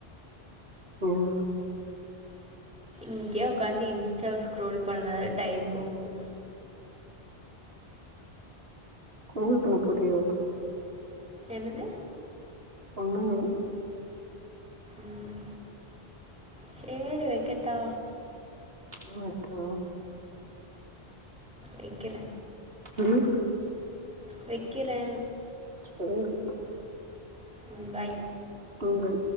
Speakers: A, on the right; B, in the centre.
A: <inaudible>
B: இங்கே உக்காந்து இன்ஸ்டாவ ஸ்கூரோல் பண்ணதா டைம் போகு
A: ஸ்கூரோல் பண்ண போறியோ
B: என்னது
A: ஒன்னு இல்ல
B: ம் சேரி வைக்கட்டா
A: ஆமா வெச்சிக்கனு
B: வெக்கிரே
A: ம்
B: வெக்கிறே
A: செரி விடு
B: ம் பாய்
A: ம்